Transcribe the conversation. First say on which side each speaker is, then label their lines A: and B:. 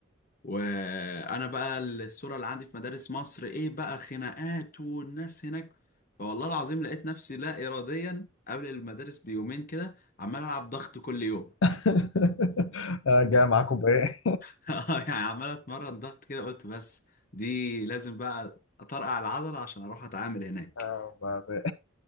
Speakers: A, on the left; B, on the left.
A: وانا بقى الصوره اللي عندي في مدارس مصر ايه بقى خناقات والناس هناك فوالله العظيم لقيت نفسي لا اراديا قبل المدارس بيومين كده عمال العب ضغط كل يوم
B: <laughs> آه، جاي معاكم بايه؟
A: <laughs> يعني عمال اتمرن ضغط كده قلت بس دي لازم بقى اطرقع العضله عشان اروح اتعامل هناك
B: آه، بعدين